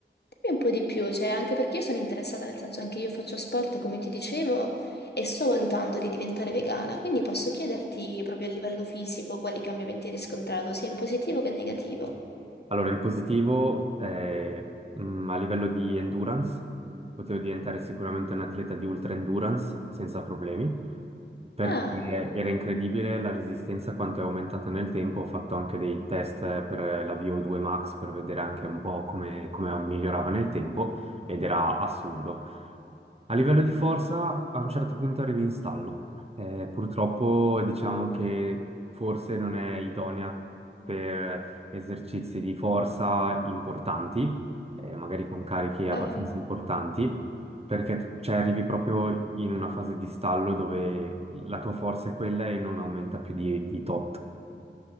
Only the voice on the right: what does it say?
Allora, in positivo, eh, mh, a livello di endurance, potevo diventare sicuramente un atleta di ultra endurance senza problemi, perché
era incredibile la resistenza quanto è aumentata nel tempo. Ho fatto anche dei test per la VO2 Max per vedere anche un po' come, come migliorava nel tempo ed era assurdo. A livello di forza, a un certo punto arrivi in stallo. Eh, purtroppo diciamo che forse non è idonea per esercizi di forza importanti, eh, magari con carichi abbastanza
importanti, perché tu- cioè, arrivi proprio in una fase di stallo dove la tua forza è quella e non aumenta più di, di tot.